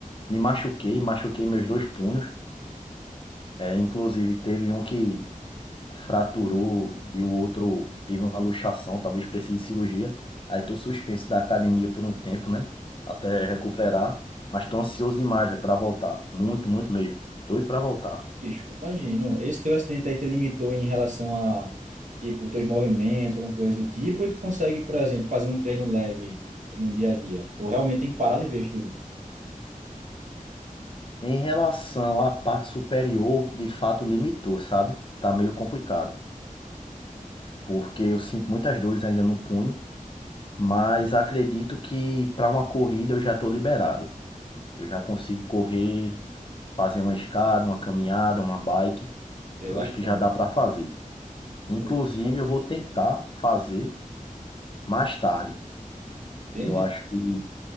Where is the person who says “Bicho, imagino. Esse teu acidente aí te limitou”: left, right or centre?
Right